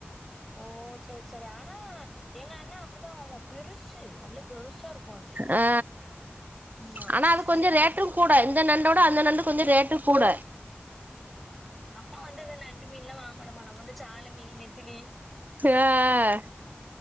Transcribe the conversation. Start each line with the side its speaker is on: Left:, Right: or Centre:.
Centre: ஓ செரி செரி ஆனா எங்க அண்ண அப்டிதா வாங்குவா பெருசு நல்ல பெருசா இருக்கு அது
Right: ஆ ஆ
Centre: ஆமா
Right: ஆனா அது
Centre: நல்ல
Right: கொஞ்சோ
Centre: பே
Right: ரேட்டுங்கூட இந்த நண்டோட அந்த நண்டு கொஞ்சோ ரேட்டு கூட
Centre: ஆ ஆ நம்மோ வந்து இந்த நண்டு மீன்லா வாங்க மாட்டோமா நம்ம வந்து சால மீன் நெத்திலி
Right: ஆ ஆ